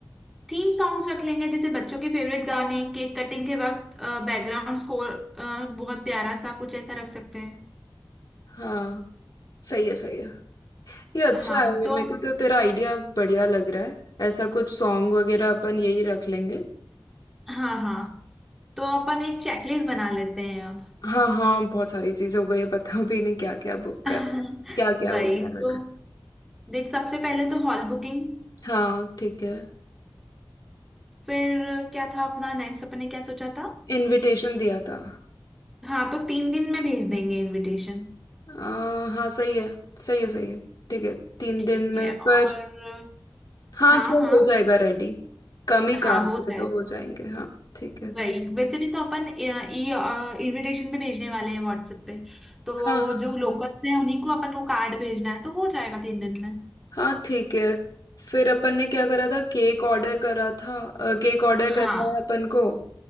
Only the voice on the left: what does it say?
हाँ सही है सही है ये अच्छा
है ये
मेरे को तो तेरा आइडिया बढ़िया लग रहा है ऐसा कुछ सॉन्ग वगैरह अपन यही रख लेंगे
हाँ हाँ बहुत सारी चीज हो गई है पता भी नहीं क्या क्या बुक
कर क्या क्या
वो कर रखा
है। हाँ ठीक है
इनविटेशन दिया था
आ, हाँ सही है सही है सही है ठीक है तीन
दिन में
पर हाँ
चल
हो जाएगा रेडी कम ही
कार्ड्स
है तो हो जाएंगे हाँ ठीक है
हाँ हाँ
हाँ
हाँ ठीक है फिर अपन ने क्या करा था केक ऑर्डर करा था केक ऑर्डर करना
है अपन को